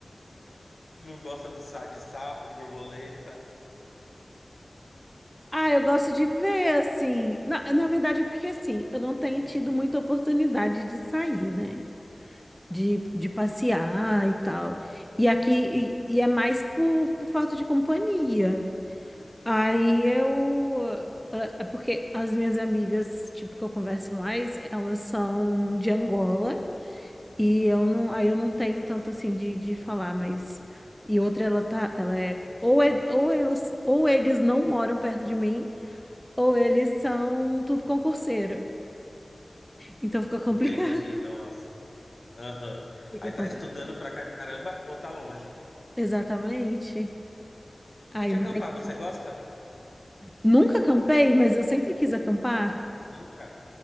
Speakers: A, on the left (about 70°); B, in the centre.
A: não gosta do sa de sapo, de borboleta.
B: Ah, eu gosto de ver, assim. Na, na verdade, é porque, assim, eu não tenho
A: Sim.
B: tido muita oportunidade de sair, né? De, de passear e tal. E aqui, e, e é mais por, por falta de companhia. Aí eu. ah, ah, Porque as minhas amigas, tipo, que eu converso mais, elas são de Angola. E eu não. Aí eu não tenho tanto assim de, de falar, mas. E outra, ela tá. Ela é. Ou, é, ou, elas, ou eles não moram perto de mim, ou eles são tudo concurseiro. Então fica complicado.
A: Entendi, nossa.
B: <laughs>
A: Aham.
B: Fica
A: Aí tá
B: complicado.
A: estudando pra caramba ou tá longe?
B: Exatamente. Aí
A: E de
B: não
A: acampar,
B: tem
A: você
B: como.
A: gosta?
B: Nunca acampei, mas eu sempre quis acampar.
A: Nunca.